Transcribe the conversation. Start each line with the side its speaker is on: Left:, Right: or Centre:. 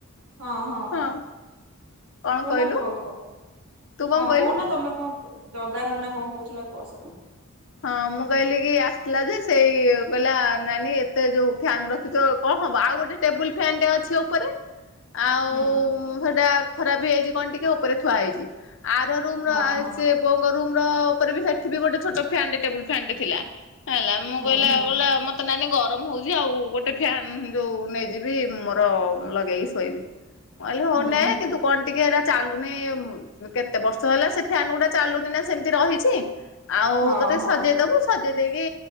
Right: ହଁ ହଁ।
Left: ହଁ। କଣ
Right: କହୁନା
Left: କହିଲୁ
Right: କୁହ କୁହ
Left: ତୁ କଣ
Right: ହଁ
Left: କହିଲୁ?
Right: କୋହୁନା ତମେ କଣ କୁହ ଜଗାନନା କଣ କହୁଥିଲା କୁହ ସେଟୁ
Left: ହଁ ମୁଁ କହିଲି କି ଆସିଥିଲା ଯେ ସେଇ କହିଲା ନାନୀ ଏତେ ଯୋଉ ଫ୍ୟାନ ରଖିଚ କଣ ହବ ଆଉ ଗୋଟେ ଟେବୁଲ ଫ୍ୟାନଟେ ଅଛି ଉପରେ। ଆଉ
Right: ହୁଁ
Left: ହେଇଟା ଖରାପ ବି ହେଇଛି କଣ ଟିକେ ଉପରେ ଥୁଆ ହେଇଛି। ଆର ରୁମର
Right: ହଁ ହଁ।
Left: ସେ ବୋଉଙ୍କ ରୁମର ଉପରେ ବି ସେଠି ବି ଗୋଟେ ଛୋଟ ଟେବୁଲ ଫ୍ୟାନଟେ ଥିଲା। ହେଲା ମୁଁ
Right: ହୁଁ
Left: କହିଲେ
Right: ହୁଁ
Left: ଆ କହିଲା ମ ତ ନାନୀ ଗରମ ହଉଚି ଆଉ ଗୋଟେ ଫ୍ୟାନ ଯୋଉ ନେଇଯିବି ମୋର ଲଗେଇକି ଶୋଇବି। କହିଲି ହଉନେ
Right: ହୁଁ ହୁଁ
Left: କିନ୍ତୁ କଣ ଟିକେ ଏଇଟା ଚାଲୁନି କେତେ ବର୍ଷ ହେଲା ସେ ଫ୍ୟାନ ଗୁଡା ଚାଲୁନି ନା ସେମିତି ରହିଛି ଆଉ
Right: ହଁ ହଁ
Left: ଦେବୁ ସଜେଇ ଦେଇକି